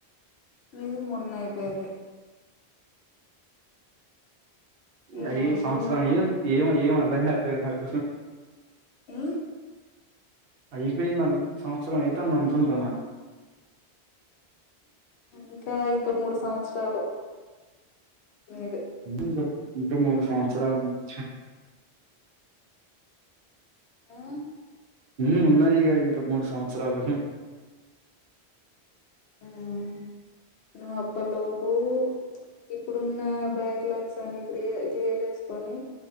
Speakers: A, on the left; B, on the right.
A: మీది మొన్న అయిపోయింది
B: అయి
A: ఏమో
B: సంవత్సరం
A: ఎల్
B: ఏ ఏం ఏం అర్దం కాట్లేదు నాకు
A: ఉ
B: అయిపోయింది సంవత్సరం అయితాంది అనుకుంటానా
A: ఇంకా ఇంకా మూడు సంవత్సరాలు మీది
B: ఇంకా ఇంకా మూడు సంవత్సరాలు చ
A: హూ
B: హూ ఉన్నది ఇగ ఇంకా మూడు సంవత్సరాలు <unintelligible>
A: ఉమ్ నువ్వు అప్పలోపు ఇప్పుడున్న బ్యాక్ లాగ్స్ అన్ని కియ క్లియర్ చేసుకొని